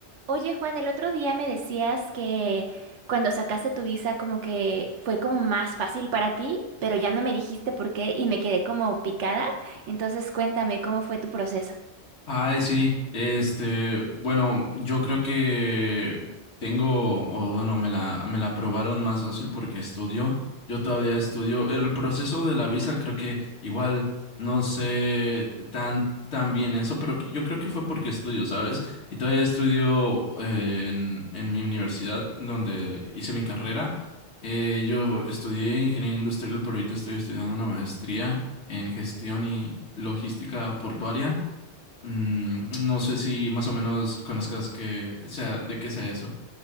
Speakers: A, on the right; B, on the left.
A: Oye, Juan, el otro día me decías que cuando sacaste tu visa como que fue como más fácil para ti, pero ya no me dijiste por qué y me quedé como picada. Entonces cuéntame cómo fue tu proceso.
B: Ay, sí, este, bueno, yo creo que tengo, o bueno, me la, me la aprobaron más fácil porque estudio, yo todavía estudio, el proceso de la visa creo que igual no sé tan, tan bien eso, pero que- yo creo que fue porque estudio, ¿sabes? Y todavía estudio eh, en, en mi universidad donde hice mi carrera, Eh, yo estudié ingeniería industrial, pero ahorita estoy estudiando una maestría en gestión y logística portuaria. Mm, no sé si más o menos conozcas que sea de qué sea eso.